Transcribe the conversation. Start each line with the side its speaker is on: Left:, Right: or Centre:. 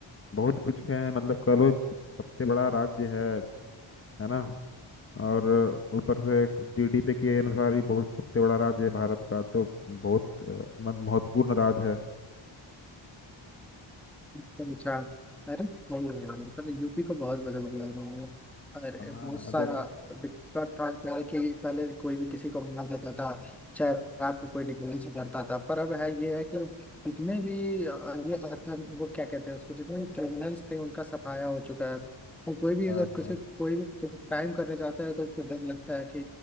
Left: बहुत कुछ है मतलब कह लो कि सबसे बड़ा राज्य है है ना और ऊपर से जीडीपी के अनुसार भी बहुत सबसे बड़ा राज्य है भारत का तो बहुत अ, मत- महत्वपूर्ण राज्य है
Centre: अच्छा अच्छा। अरे सही है यार पर यूपी को बहुत बदल दिया उन्होंने अरे
Left: हाँ
Centre: बहुत सारा
Left: देखो
Centre: दिक्कत था पहले कि पहले कोई भी किसी को मार देता था चाहे रात में कोई निकलने से डरता था पर अब है ये है कि जितने भी अ, ये आतंक वो क्या कहते हैं उसको जितने भी क्रिमिनल्स थे उनका सफाया हो चुका है और कोई भी
Left: हाँ
Centre: अगर
Left: हाँ
Centre: किसी कोई भी क्राइम करने जाता है तो उसको डर लगता है कि